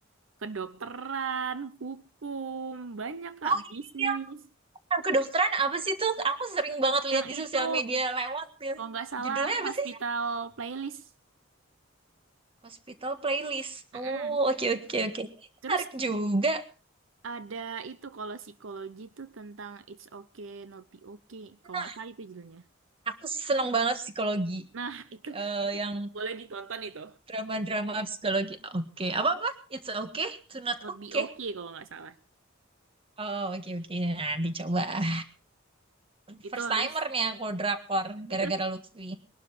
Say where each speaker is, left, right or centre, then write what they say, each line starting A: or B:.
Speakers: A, on the right; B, on the right.
A: kedokteran hukum banyak kak
B: oh
A: bisnis
B: iya yang kedokteran apa sih tuh aku sering banget lihat
A: yang
B: di
A: itu
B: sosial media lewat ya
A: kalau nggak salah
B: judulnya apa
A: hospital
B: sih
A: playlist
B: Hospital playlist.
A: Mm-mm.
B: Oh, oke oke oke. Ini Menarik
A: Terus
B: juga.
A: Ada itu kalau psikologi tuh tentang it's okay not be okay. Kalau
B: Nah,
A: nggak salah itu judulnya.
B: aku seneng banget psikologi.
A: Nah, <laughs> itu
B: Eh,
A: Itu
B: yang
A: boleh ditonton itu.
B: drama-drama psikologi. Oke, Apa-apa? It's okay to not
A: not
B: okay.
A: be okay kalau nggak salah.
B: Oh, oke oke. Nanti coba.
A: Itu
B: First
A: harus
B: timer nih aku drakor
A: <laughs>
B: gara-gara Lutfi.